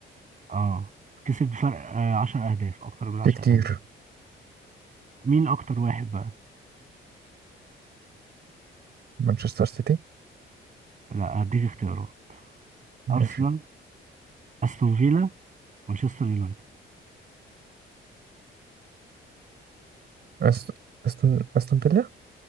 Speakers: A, on the right (about 40°); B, on the right (about 55°).
A: اه كسب بفرق آه عشر أهداف أكتر من عشر
B: في كتير
A: أهداف مين أكتر واحد بقى؟
B: مانشستر سيتي
A: لا هديك اختيارات
B: ماشي
A: أرسنال أستون فيلا مانشستر يونايتد
B: أس- أستون أستون فيلا